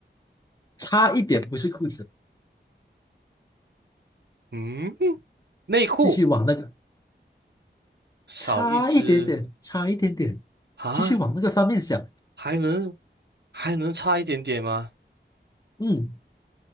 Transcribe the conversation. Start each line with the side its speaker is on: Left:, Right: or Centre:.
Left: 差一点不是裤子，
Right: 嗯，内裤。
Left: 继续往那个，
Right: 少一只
Left: 差一点点，差一点点，
Right: 啊，
Left: 继续往那个方面想。
Right: 还能还能差一点点吗？
Left: 嗯，